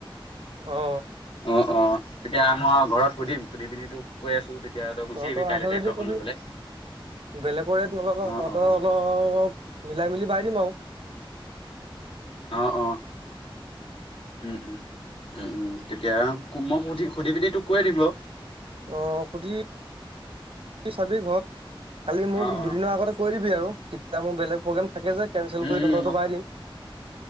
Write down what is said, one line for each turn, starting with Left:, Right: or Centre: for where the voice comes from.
Right: অ
Left: অ অ তেতিয়া মই ঘৰত সুধিম সুধি পিনি তোক কৈ আছো তেতিয়া তই গুচি
Right: তহঁতৰ
Left: আহিবি কাইলে
Right: আছে
Left: ট্ৰেক্টৰখন
Right: যদি কবি
Left: লৈ পেলাই।
Right: বেলেগৰ ৰেট নলগাও
Left: অ
Right: তহঁতৰ
Left: অ
Right: অলপ মিলাই মিলি বাই দিম আউ
Left: অ অ উম উম উম উম এতিয়া মই সুধি সুধি পিনি তোক কৈ দিম বাও
Right: অ সুধি চাবি ঘৰত খালি মোক
Left: অ', অ',
Right: দুদিনৰ আগতে কৈ দিবি আৰু তেতিয়া মোৰ বেলেগ প্ৰগ্ৰেম থাকে যে কেনঞ্চেল
Left: উম,
Right: কৰি
Left: উম,
Right: ত তহঁতৰ
Left: মই
Right: বাই দিম